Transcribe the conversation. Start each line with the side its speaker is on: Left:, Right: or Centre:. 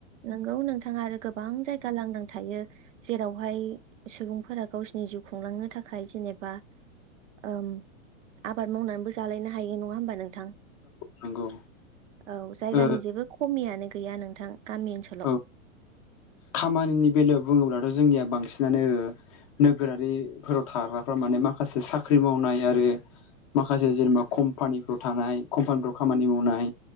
Right: नोंगौ नोंथाङा आरो गोबां जायगा लांदां थायो । जेरावहाय सुबुंफोरा गावसिोरनि जिउ खुंलांनो थाखाय जेनेबा ओ आबाद मावनानैबो जालायनो हायो नङा होमबा नोंथां?
Left: नंगौ
Right: औ जायगानि
Left: ओ
Right: जेबो खमियानो गैया नोंथां गामि ओनसोलाव
Left: औ खामानिनि बेलायाव बुङोब्लाथ' जोंनिया बांसिनानो नोगोरारिफोराव थाग्राफ्रा माने माखासे साख्रि मावनाय आरो माखासे जेनेबा कम्पानिफ्राव थानाय कम्पानिफ्राव खामानि मावनाय